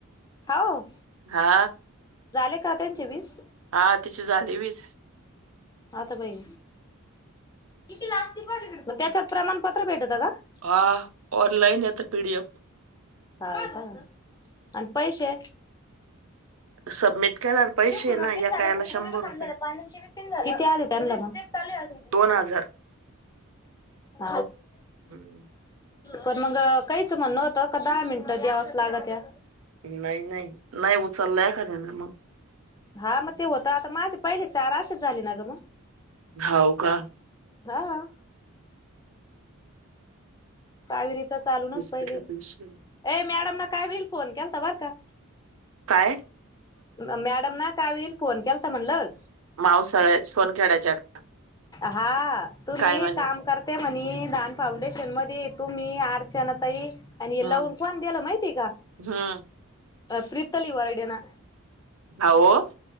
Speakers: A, on the left; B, on the right.
A: हाव,
B: हा
A: झाले का त्यांचे वीस?
B: हा तिची झाली वीस.
A: आता बई, किती <unintelligible> त्याच्यात प्रमाणपत्र भेटत <unintelligible>
B: आ ऑनलाईन आता पीडीएफ
A: हाव का आणि पैसे?
B: सबमिट केल्यावर पैसे
A: कोणाचे
B: ना
A: झाले
B: एका याला
A: <unintelligible>
B: शंभर रुपये
A: पाण्याचं पिणं झाली तरी नुसतंच चाललंयअजून गुणगुंतं.
B: दोन हजार
A: <unintelligible>
B: हम्म.
A: पण मग काहीच म्हणणं होतं का दहा मिनटं द्यावेच लागते.
B: नाही, नाही, नाही उचलला एखाद्यानं.
A: हां, मग ते होतं आता माझे पहिले चार असेच झाले ना गं.
B: हो का.
A: आहं कावेरीच चालू नत
B: बिस्किटला
A: पहिले,
B: पैसे
A: अ मॅडमना कावीरी फोन केलता बर का.
B: काय.
A: मॅडम ना काय होईल फोन केल तर म्हणल.
B: <inaudible>
A: हा तू
B: काय
A: मी
B: म्हणे
A: काम करता ते म्हणी दान फाउंडेशन मध्ये तुम्ही मी अर्चनाताई आणि
B: हम्म
A: लावून कोण द्याला माहितीय का
B: हम्म
A: प्रितली वरडना.
B: अहो.